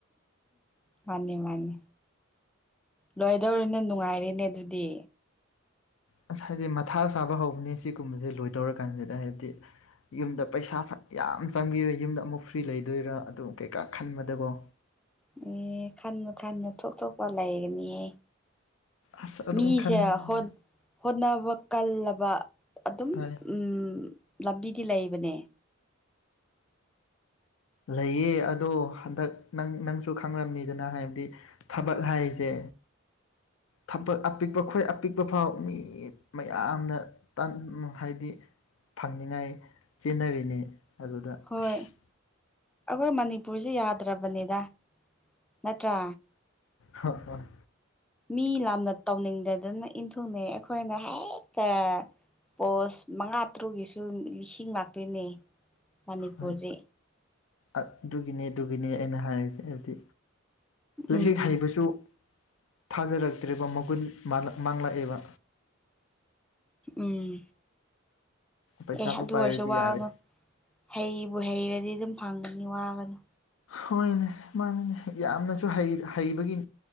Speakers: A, in the centre; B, on the left (about 75°).
A: ꯃꯥꯅꯦ ꯃꯥꯅꯦ ꯂꯣꯏꯗꯧꯔꯅꯦ ꯅꯪ ꯅꯨꯡꯉꯥꯏꯔꯦꯅꯦ ꯑꯗꯨꯗꯤ
B: ꯑꯁ ꯍꯥꯏꯗꯤ ꯃꯊꯥ ꯁꯥꯕ ꯍꯧꯕꯅꯦ ꯁꯤꯒꯨꯝꯕꯁꯦ ꯂꯣꯏ ꯇꯧꯔꯀꯥꯟꯁꯤꯗ ꯍꯥꯏꯕꯗꯤ ꯌꯨꯝꯗ ꯄꯩꯁꯥ ꯌꯥꯝ ꯆꯪꯕꯤꯔꯦ ꯌꯨꯝꯗ ꯑꯃꯨꯛ ꯐ꯭ꯔꯤ ꯂꯩꯗꯣꯏꯔꯥ ꯑꯗꯨ ꯀꯩꯀꯥ ꯈꯟꯕꯗꯀꯣ
A: ꯑꯦ ꯈꯟꯅꯨ ꯈꯟꯅꯨ ꯊꯣꯛ ꯊꯣꯛꯄ ꯂꯩꯒꯅꯤꯌꯦ
B: ꯑꯁ ꯑꯗꯨꯝ
A: ꯃꯤꯁꯦ
B: ꯈꯟꯕꯅꯦ
A: ꯍꯣꯠꯅꯕ ꯀꯜꯂꯕ ꯑꯗꯨꯝ
B: ꯍꯣꯏ
A: ꯎꯝ ꯂꯝꯕꯤꯗꯤ ꯂꯩꯕꯅꯦ
B: ꯂꯩꯌꯦ ꯑꯗꯣ ꯍꯟꯗꯛ ꯅꯪ ꯅꯪꯁꯨ ꯈꯪꯔꯕꯅꯤꯗꯅ ꯍꯥꯏꯕꯗꯤ ꯊꯕꯠ ꯍꯥꯏꯁꯦ ꯊꯄꯛ ꯑꯄꯤꯛꯄ ꯈꯣꯏ ꯑꯄꯤꯛꯄ ꯐꯥꯎ ꯃꯤ ꯃꯌꯥꯝꯅ ꯇꯟ ꯍꯥꯏꯗꯤ ꯐꯪꯅꯤꯡꯉꯥꯏ ꯆꯦꯟꯅꯔꯤꯅꯤ ꯑꯗꯨꯗ
A: ꯍꯣꯏ
B: ꯑꯁ
A: ꯑꯩꯈꯣꯏ ꯃꯅꯤꯄꯨꯔꯁꯦ ꯌꯥꯗ꯭ꯔꯕꯅꯤꯗ ꯅꯠꯇ꯭ꯔꯥ
B: ꯍ ꯍ
A: ꯃꯤ ꯂꯥꯝꯅ ꯇꯧꯅꯤꯡꯗꯗꯅ ꯏꯟꯊꯨꯡꯅꯩ ꯑꯩꯈꯣꯏꯅ ꯍꯦꯛꯇ ꯄꯣꯁ ꯃꯉꯥ ꯇꯔꯨꯛꯀꯤꯁꯨ ꯂꯤꯁꯤꯡ ꯉꯥꯛꯇꯣꯏꯅꯦ ꯃꯅꯤꯄꯨꯔꯖꯦ
B: ꯍꯣꯏ ꯑꯗꯨꯒꯤꯅꯦ ꯑꯗꯨꯒꯤꯅꯦ ꯑꯩꯅ ꯍꯥꯏꯔꯤꯗꯤ ꯍꯥꯏꯕꯗꯤ ꯂꯖꯤꯛ
A: ꯎꯝ
B: ꯍꯩꯕꯁꯨ ꯊꯥꯖꯔꯛꯇ꯭ꯔꯦꯕ ꯃꯒꯨꯟ ꯃꯥꯡꯂꯛꯑꯦꯕ
A: ꯎꯝ
B: ꯄꯩꯁꯥꯕꯨ
A: ꯑꯦ ꯑꯗꯨ
B: ꯄꯥꯏꯔꯗꯤ
A: ꯑꯣꯏꯔꯁꯨ ꯋꯥ
B: ꯌꯥꯔꯦ
A: ꯉꯣ ꯍꯩꯕꯨ ꯍꯩꯔꯗꯤ ꯑꯗꯨꯝ ꯐꯪꯒꯅꯤ ꯋꯥꯒꯅꯣ
B: ꯍꯣꯏꯅꯦ ꯃꯥꯅꯤꯅꯦ ꯌꯥꯝꯅꯁꯨ ꯍꯩ ꯍꯩꯕꯒꯤ